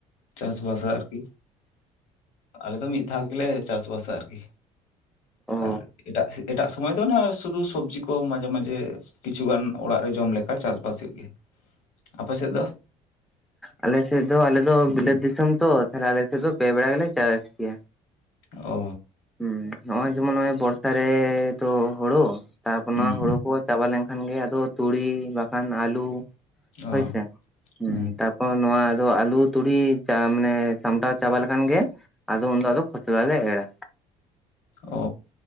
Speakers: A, on the left; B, in the centre.
A: ᱪᱟᱥᱵᱟᱥᱟ ᱟᱨᱠᱤ᱾ ᱟᱞᱮ ᱫᱚ ᱢᱤᱜ ᱫᱷᱟᱣ ᱜᱮᱞᱮ ᱪᱟᱥᱵᱟᱥᱟ ᱟᱨᱠᱤ᱾
B: ᱚ
A: ᱟᱨ ᱮᱴᱟᱜ ᱥᱤ ᱮᱴᱟᱜ ᱥᱚᱢᱚᱭ ᱫᱚ ᱚᱱᱟ ᱥᱩᱫᱷᱩ ᱥᱚᱵᱽᱡᱤ ᱠᱚ ᱢᱟᱡᱷᱮ ᱢᱟᱡᱷᱮ ᱠᱤᱪᱷᱩᱜᱟᱱ ᱚᱲᱟᱜ ᱨᱮ ᱡᱚᱢ ᱞᱮᱠᱟ ᱪᱟᱥᱵᱟᱥᱮᱜ ᱜᱮ᱾ ᱟᱯᱮ ᱥᱮᱡ ᱫᱚ?
B: ᱟᱞᱮ ᱥᱮᱡ ᱫᱚ ᱟᱞᱮ ᱫᱚ ᱵᱤᱞᱟᱹᱛ ᱫᱤᱥᱚᱢ ᱛᱚ, ᱛᱟᱦᱞᱮ ᱟᱞᱮ ᱥᱮ ᱫᱚ ᱯᱮ ᱵᱮᱲᱟ ᱜᱮᱞᱮ ᱪᱟᱥ ᱜᱮᱭᱟ᱾
A: ᱚ᱾
B: ᱩᱸ ᱱᱚᱼᱚᱭ ᱡᱮᱢᱚᱱ ᱱᱚᱼᱚᱭ ᱵᱚᱨᱥᱟ ᱨᱮ ᱫᱚ ᱦᱳᱲᱳ ᱛᱟᱯᱚᱨ
A: ᱦᱩᱸ
B: ᱱᱚᱣᱟ ᱦᱳᱲᱳ ᱠᱚ ᱪᱟᱵᱟ ᱞᱮᱱᱠᱷᱟᱱ ᱜᱮ ᱟᱫᱚ ᱛᱩᱲᱤ ᱵᱟᱠᱷᱟᱱ ᱟᱹᱞᱩ ᱦᱳᱭ
A: ᱚ
B: ᱥᱮ, ᱩᱸ
A: ᱦᱩᱸ
B: ᱛᱟ ᱯᱚ ᱱᱚᱣᱟ ᱫᱚ ᱟᱞᱩ, ᱛᱩᱲᱤ ᱪᱟ-ᱢᱟᱱᱮ ᱥᱟᱢᱴᱟᱣ ᱪᱟᱵᱟ ᱞᱮᱠᱷᱟᱱ ᱜᱮ ᱟᱫᱚ ᱩᱱ ᱫᱚ ᱟᱫᱚ ᱠᱷᱚᱪᱞᱟ ᱞᱮ ᱮᱲᱟ᱾
A: ᱚ